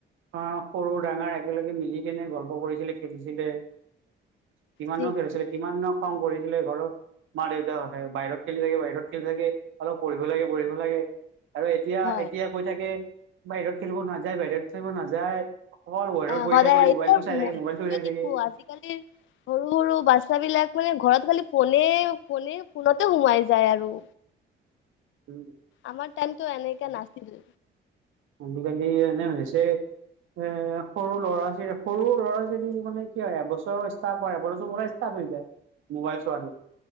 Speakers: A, on the right; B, on the left.
A: অ', সৰু ডাঙৰ একেলগে মিলি কেনে গল্প কৰিছিলে, খেলিছিলে। কিমান
B: ঠিক
A: নো খেলিছিলিক
B: ঠিক
A: কিমাননো খং কৰিছিলে ঘৰত, মা-দেউতাহঁতে বাহিৰত খেলি থাকে বাহিৰত খেলি থাকে অলপ পঢ়িব লাগে, পঢ়িব লাগে, আৰু এতিয়া
B: হয়
A: এতিয়া কৈ থাকে বাহিৰত খেলিব নাযায়, বাহিৰত খেলিব নাযায়। অকল ঘৰত
B: অ',
A: বহি
B: সদায়
A: থাকে মোবাইলটো
B: <unintelligible>
A: চাই থাকে মোবাইলটো
B: তুমি
A: চাই
B: কি
A: থাকে
B: কোৱা, আজিকালিৰ সৰু সৰু বাচ্ছা বিলাক মানে ঘৰত খালি ফোনে, ফোনে, ফোনতে সোমাই যায় আৰু
A: উ।
B: আমাৰ টাইমটো এনেকা নাছিল।
A: আজিকালি এনে হৈছে। এ, সৰু ল'ৰা কি সৰু ল'ৰা যদি মানে কি হয় এবছৰৰ ষ্টাৰ্ট কৰে এবছৰৰ পৰাই ষ্টাৰ্ট হৈ যায়। মোবাইল চোৱাটো,